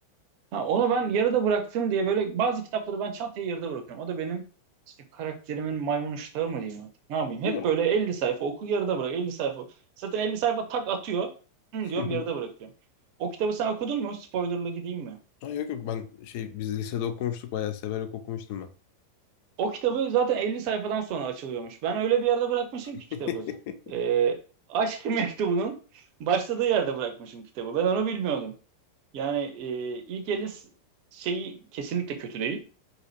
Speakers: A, on the right; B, on the left.
A: Ha, onu ben yarıda bıraktım diye böyle bazı kitapları ben çantaya yarıda bırakıyorum. O da benim işte karakterimin maymun iştahı mı diyeyim artık. Ne yapayım?
B: Yok.
A: Hep böyle 50 sayfa oku yarıda bırak. elli sayfa. Zaten 50 sayfa tak atıyor. Hı
B: Hı
A: diyorum
B: hı.
A: yarıda bırakıyorum. O kitabı sen okudun mu? Spoilerlı gideyim mi?
B: Ha, yok yok ben şey biz lisede okumuştuk bayağı severek okumuştum ben.
A: O kitabı zaten 50 sayfadan sonra açılıyormuş. Ben öyle bir yerde bırakmışım
B: <laughs>
A: ki kitabı. Ee, Aşk Mektubu'nun başladığı yerde bırakmışım kitabı. Ben onu bilmiyordum. Yani e, ilk 50 s- şeyi kesinlikle kötü değil.